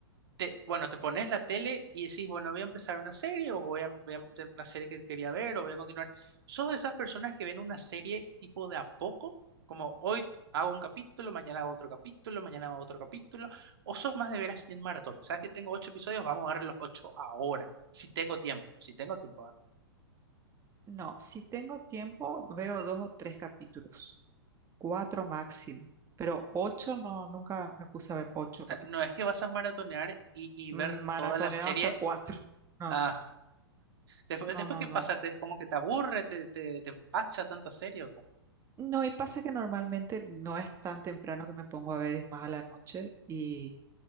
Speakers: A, on the right; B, on the right.
A: te, bueno, te pones la tele y decís, bueno, voy a empezar una serie o voy a, voy a meter una serie que quería ver o voy a continuar. ¿Sos de esas personas que ven una serie tipo de a poco? Como hoy hago un capítulo, mañana hago otro capítulo, mañana hago otro capítulo, o sos más de ver así en maratón. Sabes que tengo ocho episodios, vamos a ver los ocho ahora, si tengo tiempo, si tengo tiempo, ¿ah?
B: No, si tengo tiempo, veo dos o tres capítulos, cuatro máximo, pero ocho no, nunca me puse a ver ocho
A: O sea,
B: capítulos.
A: no es que vas a maratonear y, y
B: Mm,
A: ver
B: Maratoneado
A: toda la serie.
B: hasta cuatro. No,
A: Ah, Después,
B: no,
A: después
B: no,
A: ¿qué
B: no.
A: pasa? Te, como que te aburre, te, te, te empacha tanta serie. ¿o cómo?
B: No, y pasa que normalmente no es tan temprano que me pongo a ver, es más a la noche. Y